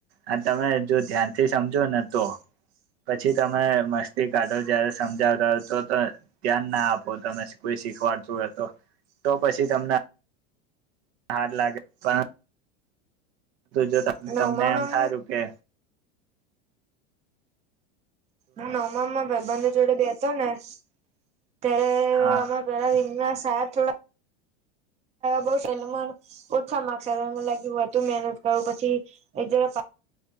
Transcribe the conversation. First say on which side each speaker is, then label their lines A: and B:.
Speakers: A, on the right; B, on the right.
A: આ તમે જો ધ્યાનથી સમજો ને તો પછી તમે મસ્તી કાઢો જ્યારે સમજાવતા હોય તો તો ધ્યાન ના આપો તમે કોઈ શીખવાડતું તો તો પછી તમને હાડ લાગે પણ જો
B: નવમામાં
A: તમને એમ થાયું કે
B: હું નવમામાં ભઈ બંધ જોડે બે તો ના ત્યારે
A: હા
B: આમાં પેલા વિંગનાસ તા થોડા બ એ મ ઓછા માર્સ મને લાગ વધુ મહેનત કરું પછી એ જરા